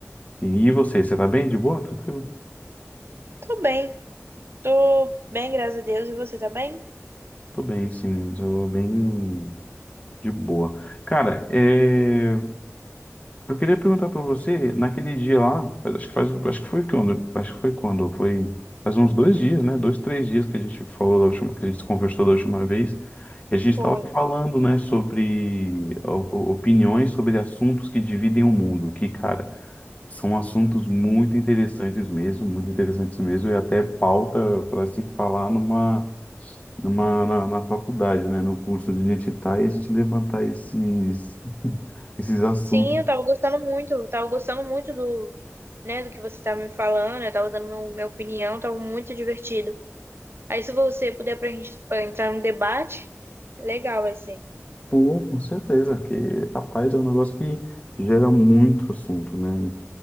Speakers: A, on the left; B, on the right.
A: E e você, você tá bem? De boa? Tranquilo?
B: Tô bem. Tô bem, graças a Deus. E você tá bem?
A: Tô bem, sim, tô bem de boa. Cara, é... Eu queria perguntar pra você, naquele dia lá, acho que faz, acho que foi quando, acho que foi quando, foi faz uns dois dias, né? Dois, três dias que a gente falou da última, que a gente se conversou da última vez, e a gente estava
B: Foi.
A: falando, né, sobre o- o- opiniões sobre assuntos que dividem o mundo, que, cara, são assuntos muito interessantes mesmo, muito interessantes mesmo, e até pauta para se falar numa numa, na, na faculdade, né, no curso de onde a gente está, e a gente levantar esses, <laughs> esses assuntos.
B: Sim, eu tava gostando muito. Eu tava gostando muito do, né, do que você tava me falando. Eu tava dando meu- minha opinião. Tava muito divertido. Aí, se você puder pra gente pra entrar no debate, legal vai ser.
A: Pô, com certeza, porque, rapaz, é um negócio que gera muito assunto, né?